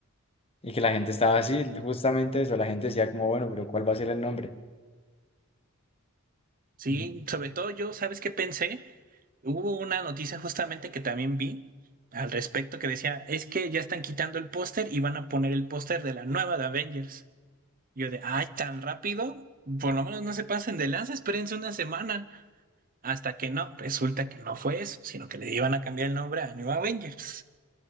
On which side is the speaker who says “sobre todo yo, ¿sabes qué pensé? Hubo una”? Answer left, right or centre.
Right